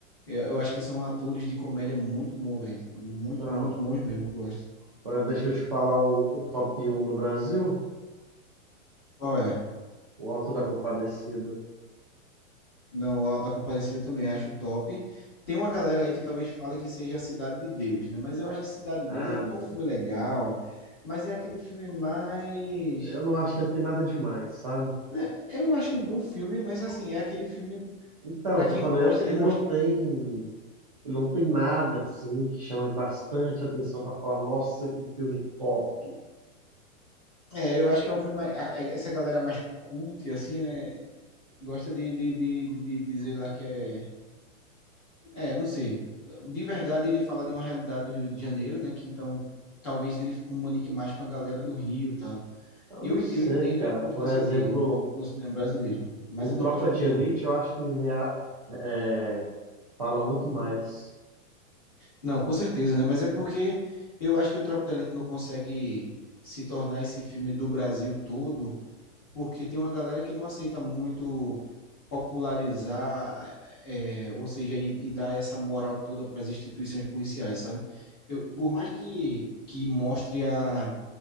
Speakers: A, on the left (about 20°); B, on the right (about 30°).
A: É, eu acho que são atores de comédia muito bons, velho. Muito,
B: Então.
A: muito bons mesmo, eu gosto.
B: Agora deixa eu te falar o, o top um do Brasil,
A: Qual é?
B: o Alto da Compadecida.
A: Não, o Auto da Compadecida também acho top. Tem uma galera aí que talvez fale que seja a Cidade de Deus, né? Mas eu acho que Cidade de
B: Ah,
A: Deus é um,
B: não.
A: é um filme legal,
B: cara.
A: mas é aquele filme mais.
B: Eu não acho que ele tem nada demais, sabe?
A: né, Eu acho um bom filme, mas assim, é aquele filme
B: Então,
A: para
B: eu
A: quem
B: tô falando,
A: gosta
B: ele
A: de mostrar
B: não tem, ele não tem nada assim que chame bastante atenção pra falar, nossa, que filme top.
A: É, eu acho que é um filme. mais- a- é- Essa galera mais cult, assim, né? Gosta de, de, de, de, de dizer lá que é. É, não sei. De verdade, ele fala de uma realidade do Rio de Janeiro, né? Que então talvez ele comunique mais com a galera do Rio e tal.
B: Eu
A: Eu,
B: não
A: eu
B: sei,
A: entendo
B: cara.
A: a importância
B: Por exemplo,
A: dele no, no cinema brasileiro, mas
B: o
A: eu
B: Tropa
A: não gosto
B: de
A: muito,
B: Elite,
A: não.
B: eu acho que rea- é, fala muito mais.
A: Não, com certeza, né? Mas é porque eu acho que o Tropa de Elite não consegue se tornar esse filme do Brasil todo porque tem uma galera que não aceita muito popularizar, é, ou seja, e, e dar essa moral toda para as instituições policiais, sabe? Eu, por mais que, que mostre a,